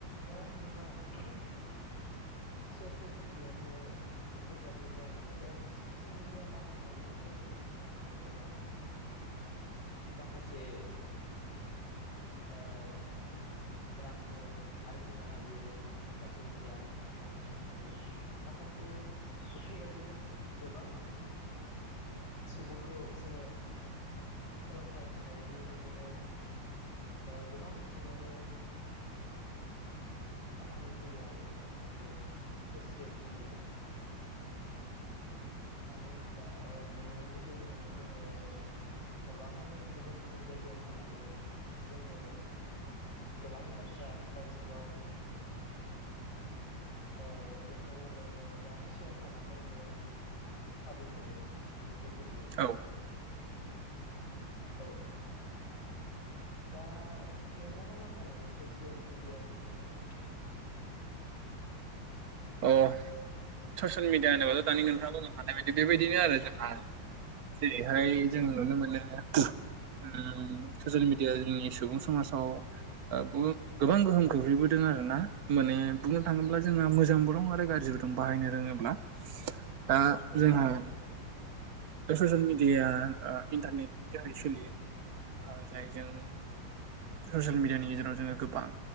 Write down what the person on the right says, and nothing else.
औ
अ' ससियेल मिडियानि बागै दानि नोंथाङा बुंलांखानाय बायदि बेबायदिनो आरो जोंहा जेरैहाय जों नुनो मोनो। <unintelligible> उम ससियेल मिडियानि सुबुं समाजआव ओ बुहुत गोबां गोहोम खोख्लैबोदों आरोना माने बुंनो थाङोब्ला जोङो मो जांबो दं आरो गाज्रिबो दं बाहायनो रोङोब्ला, दा जोंहा बे स'सियेल मिडियाया ओ इन्टारनेटनि जोहै सोलियो ओ जायजों ससियेल मिडियानि गेजेराव जोङो गोबां